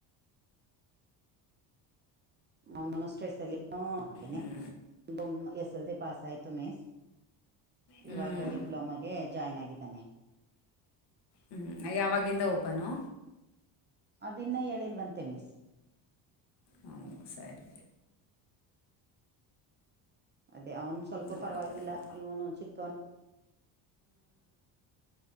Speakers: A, on the right (about 25°); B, on the left (about 55°).
A: ಮೌನ್ ಮನ್ ಸ್ಟೇಟ್ಸಲ್ಲಿ ಹ ಅಲ್ಲೆನೇ
B: ಹ್ಞೂ
A: ಬೊಮ್ ಎಸ್ ಜಲ್ದಿ ಪಾಸ್ ಆಯತು ಮಿಸ್
B: ಹ್ಮ್
A: ಇವಾಗ ಡಿಪ್ಲೊಮಗೆ ಜಾಯ್ನ್ ಆಗಿದ್ದಾನೆ.
B: ಹ್ಮ್ ಯಾವಾಗಿಂದ ಹೋಗ್ ಒಪ್ಪನು
A: ಅದಿನ್ನ ಹೇಳಿಲ್ವಂತೆ ಮಿಸ್
B: ಹ ಸರಿ
A: ಅದೇ ಅವನು ಸ್ವಲ್ಪ
B: ನೋಡ
A: ಪರವಾಗಿಲ್ಲ
B: ಬಿಡಿ ಹ್ಞೂ
A: ಇವನು ಚಿಕ್ಕವನ್